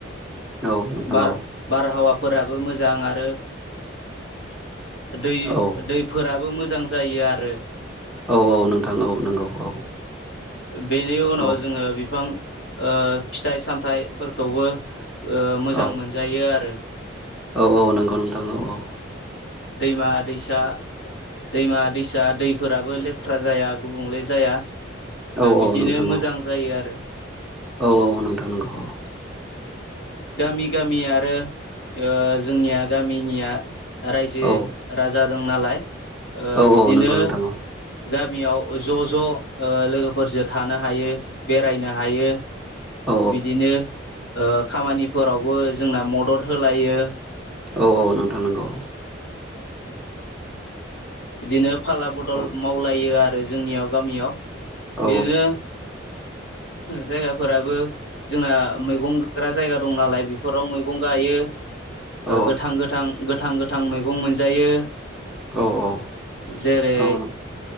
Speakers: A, in the centre; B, on the left.
A: औ नोंथां
B: बार
A: औ
B: बार हावा फोराबो मोजां आरो दै
A: औ
B: दैफोराबो मोजां मोजां जायो आरो।
A: औ औ नोंथां औ नंगौ औ।
B: बेनि उनाव
A: औ
B: जोङो बिफां फिथाइ सामथाइफोरखौबो मोजां
A: औ
B: मोनजायो आरो।
A: औ औ नंगौ नोंथां औ औ।
B: दैमा-दैसा दैमा दैसा दैफोराबो लेथ्रा जाया गुबुंले जाया।
A: औ औ
B: बिदिनो
A: नोंथां औ
B: मोजां जायो आरो।
A: औ औ नोंथां नंगौ औ।
B: गामि गामि आरो जोंनिया गामिनिया। रायजो
A: औ
B: राजा दं नालाय
A: औ
B: बिदिनो।
A: औ नंगौ नोंथां औ
B: गामियाव ज' ज' लोगोफोरजों थानो हायो। बेरायनो हायो
A: औ
B: बिदिनो खामानिफोरावबो जोंना मदद होलायो।
A: औ औ नोंथां नांगौ।
B: बिदिनो फाला बदल
A: औ
B: मावलायो आरो जोंनियाव गामियाव।
A: औ
B: बिदिनो जायगाफोराबो जोंना मैगं गायग्रा जायगा दं नालाय बेफोराव मैगं गायो।
A: औ
B: गोथां गोथां गोथां गोथां मैगं मोनजायो।
A: औ औ
B: जेरै
A: औ औ।